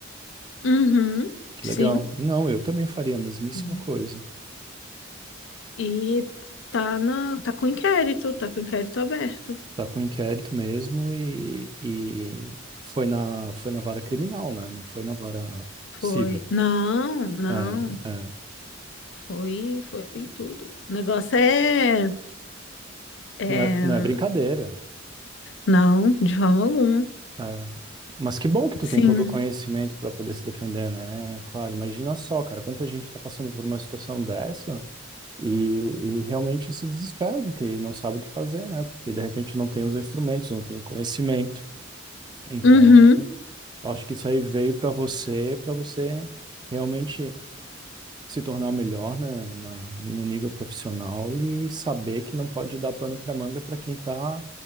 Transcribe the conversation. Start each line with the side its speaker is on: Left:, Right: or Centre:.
Left: uhum,
Right: Que
Left: sim.
Right: legal. Não, eu também faria a mesmíssima
Left: Uhum.
Right: coisa.
Left: E tá na, tá com inquérito, tá com inquérito aberto.
Right: Tá com inquérito mesmo e, e foi na, foi na vara criminal, né? Não foi na vara
Left: Foi.
Right: civil.
Left: Não, não.
Right: É, é.
Left: Foi, foi tudo. O negócio é, é...
Right: Não é, não é brincadeira.
Left: Não, de forma alguma.
Right: É. Mas que bom que tu
Left: Sim.
Right: tem todo o conhecimento para poder se defender, né? Cara, imagina só, cara, quanta gente tá passando por uma situação dessa e, e realmente se desespera, porque não sabe o que fazer, né? Porque de repente não tem os instrumentos, não tem o conhecimento. Então,
Left: Uhum,
Right: acho que isso aí veio para você, para você realmente se tornar melhor, né, na- no nível profissional e saber que não pode dar pano para manga para quem está